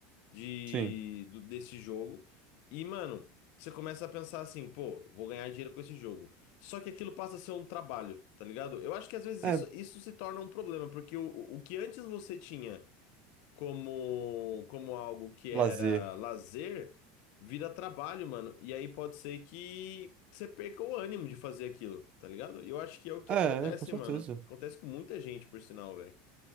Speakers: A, on the left; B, on the right.
A: de
B: Sim.
A: do- desse jogo. E, mano, você começa a pensar assim, pô, vou ganhar dinheiro com esse jogo. Só que aquilo passa a ser um trabalho, tá ligado? Eu acho que às vezes
B: É,
A: isso, isso se torna um problema, porque o, o que antes você tinha como, como algo que era
B: lazer.
A: lazer, vira trabalho, mano. E aí pode ser que você perca o ânimo de fazer aquilo, tá ligado? E eu acho que é o que
B: É,
A: acontece,
B: é, com certeza.
A: mano. Acontece com muita gente, por sinal, velho.